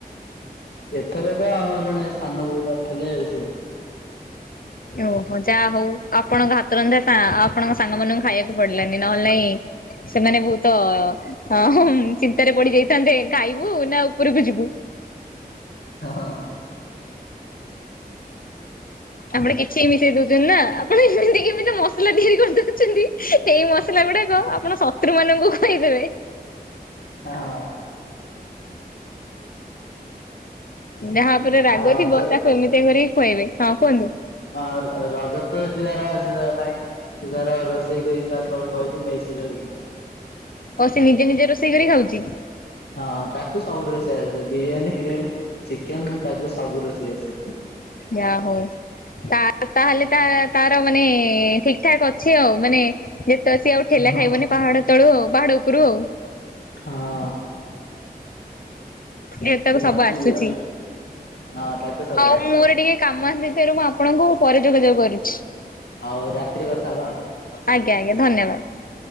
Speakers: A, on the left (about 80°); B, on the left (about 60°).
A: ଏଥରକ ଆମର ଜଣେ ସାନ ବୋର କରି ରୋଷେଇ <unintelligible>
B: ଓହୋ ଯାହା ହଉ ଆପଣଙ୍କ ଘାତରନ୍ଧଟା ଆପଣଙ୍କ ସାଙ୍ଗମାନଙ୍କୁ ଖାଇବାକୁ ପଡିଲାନି ନହେଲେ ନାଇଁ ସେମାନେ ବହୁତ ଅ ଚିନ୍ତାରେ ପଡି ଯାଇଥାନ୍ତେ ଖାଇବୁ ନା ଉପରକୁ ଯିବୁ?
A: ହଁ ହଁ ହଁ।
B: ଆପଣ କିଛି ବି ମିଶେଇ ଦଉଛନ୍ତି ନା, ଆପଣ ଏମିତି କେମତି ମସଲା ତିଆରି କରିଦଉଛନ୍ତି ସେଇ ମସ୍ ଲା ଗୁଡାକ ଆପଣ ଶତ୍ରୁମାନଙ୍କୁ ଖୋଇଦେବେ।
A: ଆ ହଁ।
B: ଯାହା ଉପରେ ରାଗ
A: ଆଉ ରଜ
B: ଥିବ ତାକୁ ଏମିତିଆ କରିକି ଖୁଆଇବେ। ହଁ କୁହନ୍ତୁ?
A: ଆଉ ର ରଜ ତ ସେଠି ତାର ଅ ସେ ଭାଇ ସେ ତାର ରୋଷେଇ କରି ତା ସଳଖଉଛି ମେଶ୍ ରେ ରହିକିନା।
B: ଓ ସେ ନିଜେ ନିଜେ ରୋଷେଇ କରି ଖାଉଛି?
A: ହଁ ତାକୁ ସବୁ ରୋଷେଇ ଆସେ ବିରିୟାନୀ, ଫିରିୟାନୀ ଚିକେନ ତାକୁ ସବୁ ରୋଷେଇ ଆସେ।
B: ଯା ହଉ। ତା ତାହେଲେ ତା ତାର ମାନେ ଠିକ ଠାକ ଅଛି ଆଉ ମାନେ ଯେ ତ ସିଏ ଆଉ ଠେଲା
A: ହଁ
B: ଖାଇବନି ପାହାଡ ତଳୁ ଆଉ ପାହାଡ ଉପରୁ ଆଉ।
A: ହଁ।
B: ଯେତକ
A: ସେ
B: ସବୁ
A: ବଞ୍ଚିଯିବ।
B: ଆସୁଛି,
A: ହଁ ତାକୁ ସବୁ
B: ହଉ
A: ଆସେ
B: ମୋର ଟିକେ କାମ ଆସିଥାରୁ ମୁଁ ଆପଣଙ୍କୁ ପରେ ଯୋଗାଯୋଗ କରି
A: ଆଉ ରାତିରେ କଥା ହବା
B: ଆଜ୍ଞା ଆଜ୍ଞା ଧନ୍ୟବାଦ।